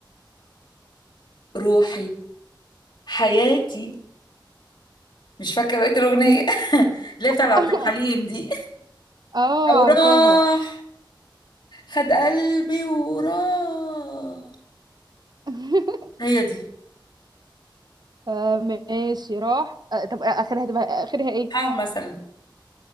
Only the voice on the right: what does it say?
<laughs>
اه
عارفاها
<laughs>
آه ماشي راح آه طب اخرها هتبقى اخرها ايه